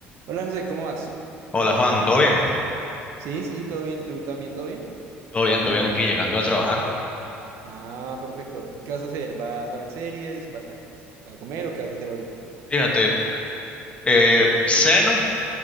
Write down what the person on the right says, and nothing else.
Hola José, ¿cómo vas?
Sí, sí, todo bien. ¿Y tú también, todo bien?
Ah, perfecto. ¿Y qué vas a hacer? ¿Vas a ver series? ¿Vas a, com- pues, a comer o qué vas a hacer ahorita?